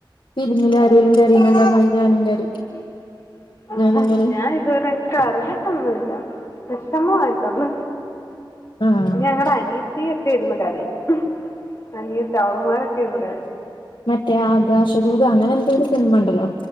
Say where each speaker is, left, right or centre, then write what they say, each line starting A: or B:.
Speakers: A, on the left; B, on the left.
A: ഫിലിമിലാരേലും കരയുന്ന കണ്ടമയി ഞാനും കരയും
B: <inaudible> ആഹ്
A: ഞാനങ്ങനെ
B: ഞായിതുവരേം കരഞ്ഞിട്ടൊന്നുല്ല വെഷമായിട്ടൊണ്ട്
A: ആഹ്
B: ഞങ്ങടെ അനിയത്തിയൊക്കെ ഇരുന്ന് കരയും അനിയത്തി അവള്മാരൊക്കെ ഇരുന്ന് കരയും
A: മറ്റേ ആകാശദൂത് അങ്ങനെ എന്തോരു സിനിമണ്ടല്ലോ